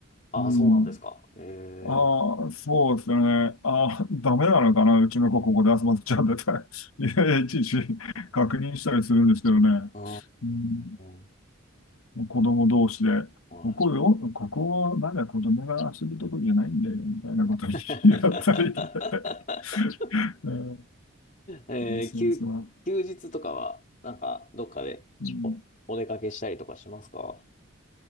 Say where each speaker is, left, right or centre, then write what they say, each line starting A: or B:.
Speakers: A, on the left; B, on the left.
A: ああ、
B: い。うん。
A: そうなんですか。ええ
B: ああ、そうですよね。ああ、ダメなのかな。うちの子ここで遊ばせちゃうんだったり <laughs> いやいや、いちいち確認したりするんですけどね。
A: あー、
B: うん。
A: は
B: 子供同士で、
A: い。
B: ここよ、ここはまだ子供が遊ぶとこじゃないんだよ、みたいなこと言い合ったり。
A: <laughs>
B: <laughs> うん
A: えー休、
B: そうそう。
A: 休日とかは、なんか、どっかでお、
B: うん
A: お出かけしたりとかしますか